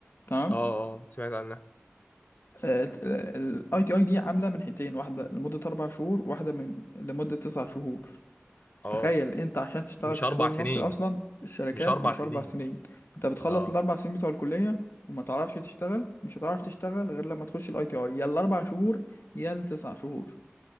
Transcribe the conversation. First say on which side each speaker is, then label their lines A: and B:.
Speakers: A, on the left; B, on the left.
A: تمام
B: اه اه سمعت عنها
A: الاي تي اي دي عامله من حتتين واحده لمده اربع شهور واحده من لمده تسع شهور
B: اه
A: تخيل انت عشان تشتغل
B: مش
A: في
B: اربع
A: السوق المصري
B: سنين
A: اصلا الشركات
B: مش اربع
A: مش
B: سنين
A: اربع سنين انت بتخلص
B: اه
A: الاربع سنين بتوع الكليه وما تعرفش تشتغل مش هتعرف تشتغل غير لما تخش الاي تي اي يا الاربع شهور يا التسع شهور